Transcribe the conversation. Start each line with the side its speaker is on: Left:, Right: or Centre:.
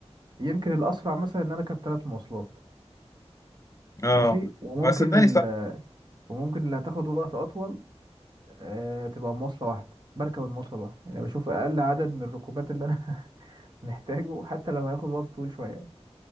Right: يمكن الأسرع مثلا إن أنا أركب ثلاث مواصلات
Left: اه
Right: ماشي وممكن
Left: آه، صدقني
Right: ال...
Left: صح
Right: وممكن اللي هتاخد وقت أطول آه تبقى مواصلة واحدة بركب المواصلة الواحدة يعني بشوف أقل عدد من الركوبات اللي أنا <laughs> محتاجه حتى لو هياخد وقت طويل شوية